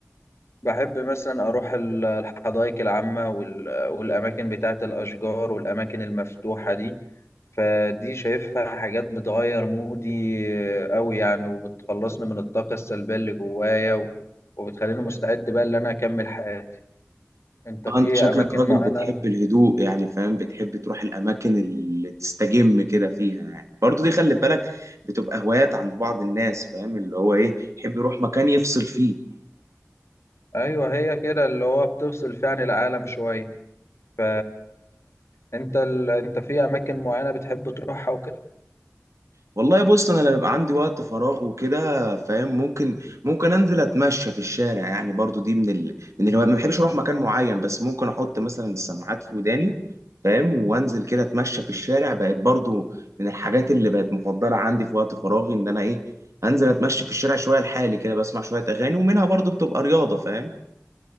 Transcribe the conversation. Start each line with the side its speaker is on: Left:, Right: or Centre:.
Left: بحب مثلا أروح ال- الحدائق العامة وال- والأماكن بتاعة الأشجار والأماكن المفتوحة دي فدي شايفها حاجات بتغير مودي أوي يعني وبتخلصني من الطاقة السلبية اللي جوايا و- وبتخليني مستعد بقى إن أنا أكمل حياتي أنت
Right: اه
Left: في
Right: انت شكلك
Left: أماكن
Right: راجل
Left: معينة
Right: بتحب الهدوء يعني فاهم بتحب تروح الاماكن اللي تستجم كده فيها يعني برضو دي خلي بالك بتبقى هوايات عند بعض الناس فاهم اللي هو ايه يحب يروح مكان يفصل فيه
Left: أيوه هي كده اللي هو بتفصل فيها عن العالم شوية ف أنت ال... أنت في أماكن معينة بتحب تروحها وكده
Right: والله بص انا لما بيبقى عندي وقت فراغ وكده فاهم ممكن ممكن انزل اتمشى في الشارع يعني برضو دي من ال... من الهوايات ما بحبش اروح مكان معين بس ممكن احط مثلا السماعات في وداني فاهم وانزل كده اتمشى في الشارع بقت برضو من الحاجات اللي بقت مفضلة عندي في وقت فراغي ان انا ايه انزل اتمشى في الشارع شوية لحالي كده بسمع شوية اغاني ومنها برضو بتبقى رياضة فاهم